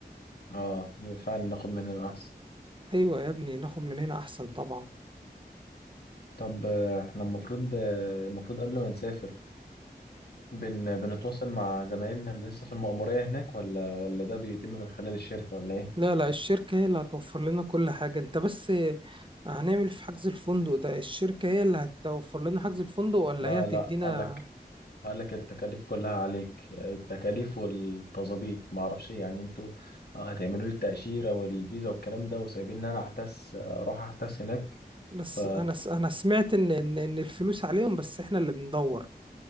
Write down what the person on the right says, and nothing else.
ايوه يا ابني ناخد من هنا احسن طبعا
لا لا الشركة هي اللي هتوفر لنا كل حاجة انت بس هنعمل في حجز الفندق ده الشركة هي اللي هتوفر لنا حجز الفندق ولا
هي هتدينا
بس
انا س... انا سمعت ان ان إن الفلوس عليهم بس احنا اللي بندور